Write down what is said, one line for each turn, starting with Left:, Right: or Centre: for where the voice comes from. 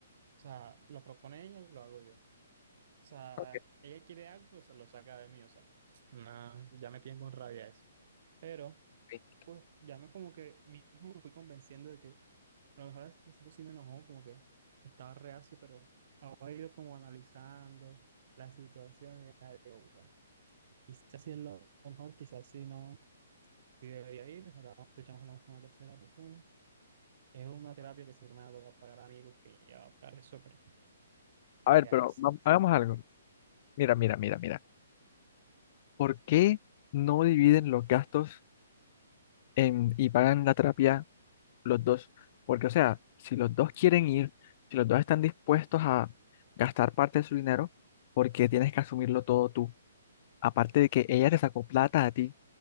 Right: sea, lo propone ella y lo hago yo. O sea,
Left: ok,
Right: ella quiere algo, se lo saca de mí, o sea, no, ya me tienen con rabia eso. Pero,
Left: ok.
Right: pues, ya me como que mismo me fui convenciendo de que a lo mejor al principio sí me enojó, como que estaba reacio, pero ahora he ido como analizando la situación y ya digo, bueno, quizás sí es lo mejor, quizás sí no, sí debería ir, ahora escuchamos a lo mejor una tercera persona. Es una terapia que seguro me va a tocar pagar a mí porque ya va a pagar eso, pero
Left: A
Right: qué
Left: ver,
Right: hace
Left: pero vam- hagamos algo. Mira, mira, mira, mira. ¿Por qué no dividen los gastos en- y pagan la terapia los dos? Porque, o sea, si los dos quieren ir, si los dos están dispuestos a gastar parte de su dinero, ¿por qué tienes que asumirlo todo tú? Aparte de que ella te sacó plata a ti